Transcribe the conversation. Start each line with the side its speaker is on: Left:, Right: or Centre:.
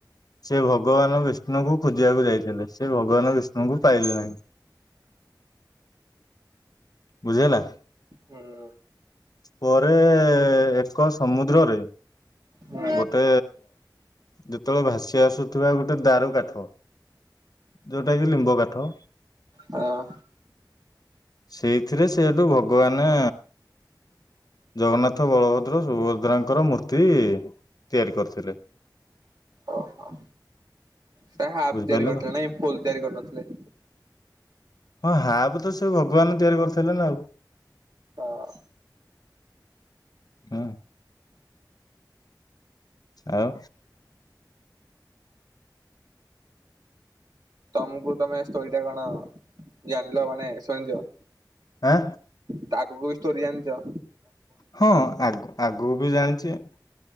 Left: ସେ ଭଗବାନ ବିଷ୍ଣୁଙ୍କୁ ଖୁଜିଆକୁ ଯାଇଥିଲେ। ସେ ଭଗବାନ ବିଷ୍ଣୁଙ୍କୁ ପାଇଲେ ନାହିଁ। ବୁଝିହେଲା।
Right: ହୁଁ।
Left: ପରେ ଏକ ସମୁଦ୍ରରେ
Right: ହୁଁ
Left: ଗୋଟେ ଯେତେବେଳେ ଭାସି ଆସୁଥିବା ଗୋଟେ ଦାରୁ କାଠ। ଯୋଉଟା କି ଲିମ୍ବ କାଠ।
Right: ହଁ।
Left: ସେଇଥିରେ ସେଇଠୁ ଭଗବାନେ ଜଗନ୍ନାଥ ବଳଭଦ୍ର ସୁଭଦ୍ରାଙ୍କର ମୂର୍ତ୍ତି ତିଆରି କରିଥିଲେ।
Right: ଓହୋ ସେ ହାଫ୍
Left: ବୁଝିପାରିଲ
Right: ତିଆରି କରିଥିଲେ
Left: ତ
Right: ନାଇଁ ଫୁଲ୍ ତିଆରି କରିନଥିଲେ।
Left: ହଁ ହାପ୍ ତ ସେ ଭଗବାନ ତିଆରି କରିଥେଲେ ନା ଆଉ
Right: ହଁ
Left: ହୁଁ ଆଉ
Right: ଆମକୁ ତମେ ଷ୍ଟୋରି ଟା କଣ ଜାଣିଲ ମାନେ ଶୁଣିଥିବ।
Left: ଆଁ।
Right: ତା ଆଗକୁ ବି ଷ୍ଟୋରୀ ଜାଣିଚ?
Left: ହଁ ଆଗ ଆଗକୁ ବି ଜାଣିଚି।